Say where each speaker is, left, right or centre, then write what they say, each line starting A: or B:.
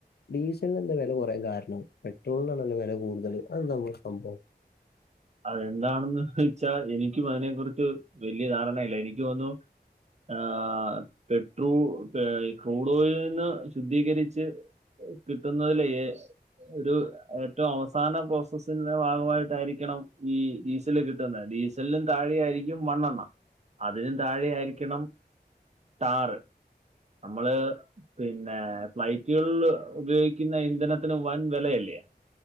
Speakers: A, on the left; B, on the right.
A: ഡീസലിന് എന്ത വില കുറയാൻ കാരണം പെട്രോളിനാണല്ലോ വില കൂടുതൽ അതന്താ നമ്മക്ക് സംഭവം
B: അതെന്താണെന്ന് വെച്ചാ എനിക്കും അതിനെ കുുറിച്ച് വലിയ ധാരണയില്ല എനിക്ക് തോന്നുന്നു ആ പെട്രോൾ ക്രൂഡ് ഓയിൽ നിന്ന് ശുദ്ധീകരിച്ച് കിട്ടുന്നതിലേ എ ഒരു ഏറ്റവും അവസാന പ്രോസസിന്റെ ഭാഗമായിട്ടായിരിക്കണം ഈ ഡീസല് കിട്ടുന്ന് ഡീസലിനും താഴെയായിരിക്കും മണ്ണെണ്ണ അതിനും താഴെയായിരിക്കണം ടാറ് നമ്മള് പിന്നെ ബൈക്കുകളില് ഉപയോഗിക്കുന്ന ഇന്ധനത്തിന് വൻ വെലയല്ലേ